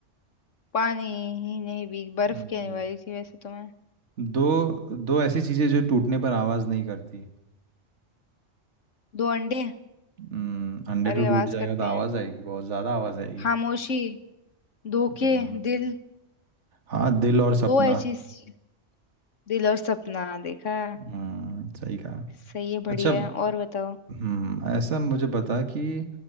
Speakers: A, on the left; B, on the right.
A: पानी ही नहीं भीग बर्फ
B: हम्म,
A: कहने वाली थी वैसे तो मैं
B: दो दो ऐसी चीज़ें जो टूटने पर आवाज़ नहीं करती
A: दो अंडे
B: हम्म अंडे
A: अरे
B: तो टूट
A: आवाज
B: जाएगा
A: करते
B: तो आवाज़
A: हैं
B: आएगी बहुत ज़्यादा आवाज़ आएगी
A: खामोशी धोखे
B: हम्म
A: दिल
B: हाँ दिल और सपना
A: दो ऐसी सी- दिल और सपना देखा
B: हम्म सही कहा
A: सही है
B: अच्छा
A: बढ़िया है और बताओ
B: हम्म ऐसा मुझे बता कि